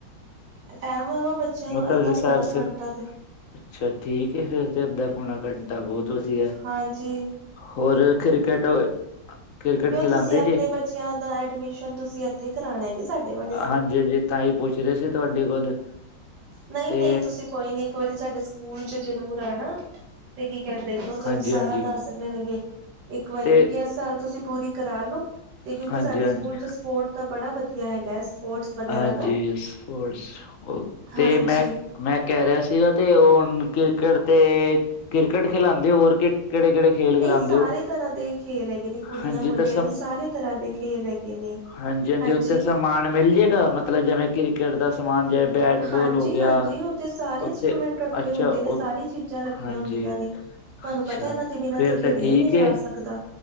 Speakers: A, on the right; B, on the left.
A: ਟਾਈਮ ਹੋਵਾ ਬੱਚਿਆਂ ਨੂੰ
B: ਮਤਵਲਬ
A: ਅੱਧਾ
B: ਜ
A: ਪੌਣਾ
B: ਸਾਹਿਰ
A: ਘੰਟਾ ਤੇ
B: ਅਛਾ, ਠੀਕ ਹੈ ਫੇਰ ਤੇ ਅਧਾ-ਪੌਣਾ ਘਂਟਾ ਤਾਂ ਬਹੁਤ ਵਧੀਆ
A: ਹਾਂਜੀ
B: ਹੋਰ ਕ੍ਰਿਕਟ ਕ੍ਰਿਕਟ
A: ਕਿ ਉਹ
B: ਖਿਲਾਂਦੇ
A: ਤੁਸੀ ਆਪਣੇ
B: ਜੇ
A: ਬੱਚਿਆਂ ਦਾ ਐਡਮਿਸ਼ਨ ਤੁਸੀ ਇਥੇ ਕਰਾਉਣਾ ਹੈਗੇ ਸਾਡੇ ਵਲ
B: ਹਾਂਜੀ-ਹਾਂਜੀ, ਤਾਂ ਹੀ ਪੁਛ ਰਹਿਆ ਸੀ ਤੁਹਾਡੇ ਕੋਲ।
A: ਨਹੀ-ਨਹੀ,
B: ਤੇ
A: ਤੁਸੀ ਕੋਈ ਨੀ ਇਕ ਵਾਰੀ ਸਾਡੇ ਸਕੂਲ ਚ ਜ਼ਰੂਰ ਆਉਣਾ। ਤੇ ਕੀ ਕਹਿਦੇ ਮੈ ਤੁਹਾਨੂੰ
B: ਹਾਂਜੀ
A: ਸਾਰਾ
B: ਹਾਂਜੀ
A: ਦਸ ਦੇਣਗੇ ਇੱਕ ਵਾਰੀ
B: ਤੇ
A: ਕਿਉਕਿ ਇਸ ਸਾਲ ਤੁਸੀ ਪੂਰੀ ਕਰਾ ਲੋ। ਤੇ ਕਿਉਕਿ
B: ਹਾਂਜੀ
A: ਸਾਡੇ
B: ਹਾਂਜੀ
A: ਸਕੂਲ ਚ ਸਪੋਰਟ ਤਾਂ ਬੜਾ ਵਧੀਆ ਹੈਗਾ। ਸਪੋਰਟਸ ਵਗੈਰਾ
B: ਹਾਂਜੀ
A: ਦਾ
B: ਸਪੋਟਸ ਤੇ
A: ਹਾਂਜੀ
B: ਮੈ ਮੈਂ ਕਹਿ ਰਿਹਾ ਸੀਗਾ ਤੇ ਹੁਣ ਕ੍ਰਿਕੇਟ ਤੇ ਕ੍ਰਿਕੇਟ ਖਿਲਾਉਦੇ ਹੋਰ ਕਿ ਕਿਹੜੇ- ਕਿਹੜੇ ਖੇਲ
A: ਨਹੀ,
B: ਖਿਲਾਂਦੇ
A: ਸਾਰੇ
B: ਹੋ
A: ਤਰ੍ਹਾਂ ਦੇ ਖੇਲ ਹੈਗੇ ਨੇ ਕੁੜੀਆਂ
B: ਹਾਂਜੀ
A: ਮੁੰਡਿਆਂ
B: ਤੇ
A: ਲਈ ਸਾਰੇ ਤਰ੍ਹਾਂ ਦੇ ਖੇਲ ਹੈਗੇ ਨੇ।
B: ਹਾਂਜੀ-ਹਾਂਜੀ
A: ਹਾਂਜੀ
B: ਉਥੇ ਸਮਾਨ ਮਿਲ ਜਾਏਗਾ ਮਤਲਬ ਜਿਵੇ ਕ੍ਰਿਕੇਟ ਦਾ ਸਮਾਨ ਜੇ ਬੈਟਬਾਲ
A: ਹਾਂਜੀ
B: ਹੋ ਗਿਆ
A: ਹਾਂਜੀ ਉਹ ਤੇ ਸਾਰੇ ਇੰਸਟਰੂਮੈਂਟ
B: ਉਥੇ
A: ਰੱਖੇ
B: ਅਛਾੱ-
A: ਹੁੰਦੇ ਨੇ ਸਾਰੀ ਚੀਜ਼ਾਂ ਰੱਖੀਆਂ
B: ਹਾਂਜੀ।
A: ਹੁੰਦੀਆਂ ਨੇ ਤੁਹਾਨੂੰ
B: ਅਛਾ,
A: ਪਤਾ ਇਹਨਾਂ ਦੇ ਬਿਨਾਂ
B: ਫੇਰ
A: ਖੇਡਿਆ
B: ਤੇ ਠੀਕ
A: ਹੀ ਨਹੀਂ ਜਾ
B: ਏ
A: ਸਕਦਾ